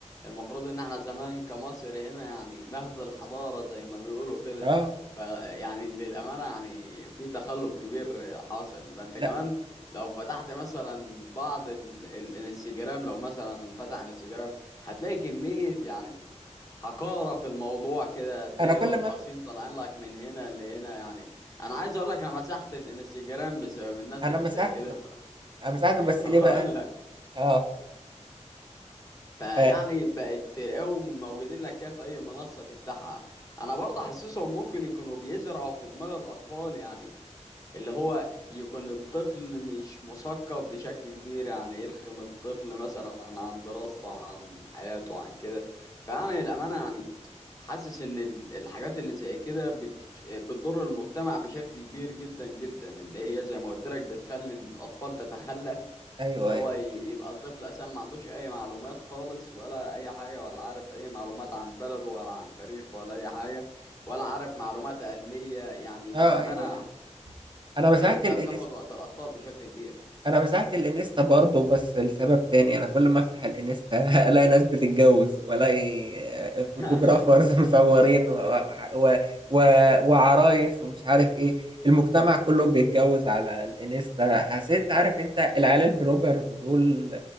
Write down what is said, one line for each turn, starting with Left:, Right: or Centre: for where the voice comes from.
Left: المفروض إن احنا زمان كمصر هنا يعني مهد الحضارة زي ما بيقولوا كده
Right: اه
Left: فيعني للأمانة يعني في تخلف كبير حاصل ده أنت
Right: لا
Left: كمان لو فتحت مثلا بعض ال... ال... الانستجرام لو مثلا فتح انستجرام هتلاقي كمية يعني حقارة في الموضوع كده هتلاقي
Right: انا كل
Left: رقاصين
Right: ما
Left: طالعين لك من هنا لهنا يعني انا عايز اقول لك انا مسحت الانستجرام بسبب الناس
Right: انا
Left: اللي
Right: مسحته
Left: زي كده ف...
Right: انا مسحته
Left: <laughs>
Right: بس
Left: هقول
Right: ليه بقى
Left: لك
Right: اه
Left: فيعني
Right: آه،
Left: بقت تلاقيهم موجودين لك كده في اي منصة تفتحها انا برضه حاسسهم ممكن يكونوا بيزرعوا في دماغ الاطفال يعني اللي هو يكون الطفل مش مثقف بشكل كبير يعني يلخم الطفل مثلا عن دراسته عن حياته عن كده فأنا للأمانة يعني حاسس إن ال- الحاجات اللي زي كده بت- بتضر المجتمع بشكل كبير جدا جدا إن هي زي ما قلت لك بتخلي الأطفال تتخلف
Right: ايوه
Left: اللي
Right: ايوه
Left: هو ي- يبقى الطفل أساسا ما عندوش أي معلومات خالص ولا أي حاجة ولا عارف أي معلومات عن بلده ولا عن تاريخه ولا أي حاجة ولا عارف معلومات علمية يعني
Right: اه
Left: للأمانة
Right: ايوه ايوه انا مسحت
Left: شايفها
Right: الانستا
Left: بتاخد وقت الأطفال بشكل كبير
Right: انا مسحت الانستا برضه بس لسبب تاني انا كل ما افتح الانستا <laughs> الاقي ناس بتتجوز والاقي
Left: <laughs>
Right: فوتوغرافرز <laughs> مصورين و... و... و... وعرايس ومش عارف ايه المجتمع كله بيتجوز على الانستا حسيت عارف انت العيال البلوجرز دول